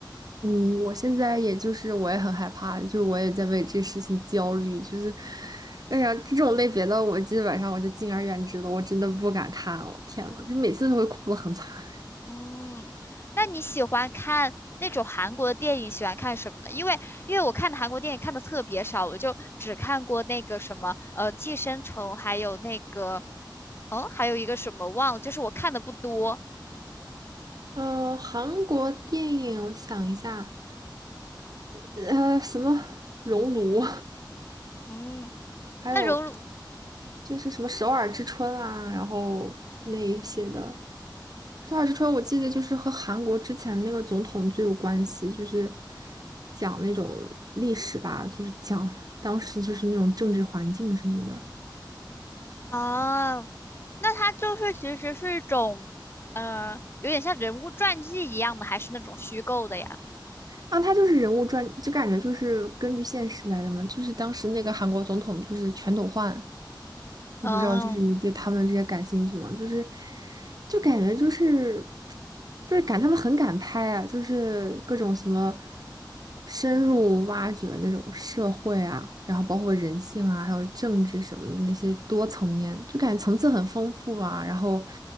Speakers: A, on the right; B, on the left.
A: 嗯，我现在也就是我也很害怕，就是我也在为这事情焦虑，就是，哎呀，这种类别的我基本上我就敬而远之了，我真的不敢看哦，天呐，就每次都会哭得很惨。
B: 嗯，那你喜欢看那种韩国的电影，喜欢看什么呢？因为因为我看的韩国电影看的特别少，我就只看过那个什么呃《寄生虫》，还有那个哦，还有一个什么忘了，就是我看的不多。
A: 呃，韩国电影，我想一下，呃，什么《熔炉》，
B: 嗯，
A: <laughs> 还有
B: 那荣辱
A: 就是什么《首尔之春》啊，然后那一些的。《首尔之春》我记得就是和韩国之前那个总统最有关系，就是讲那种历史吧，就是讲当时就是那种政治环境什么的。
B: 啊，那它就是其实是一种，呃，有点像人物传记一样的，还是那种虚构的呀？
A: 啊，他就是人物传，就感觉就是根据现实来的嘛，就是当时那个韩国总统就是全斗焕。
B: 嗯
A: 我不知道，就是你对他们这些感兴趣吗？就是，就感觉就是，就是感他们很敢拍啊，就是各种什么深入挖掘那种社会啊，然后包括人性啊，还有政治什么的那些多层面，就感觉层次很丰富啊，然后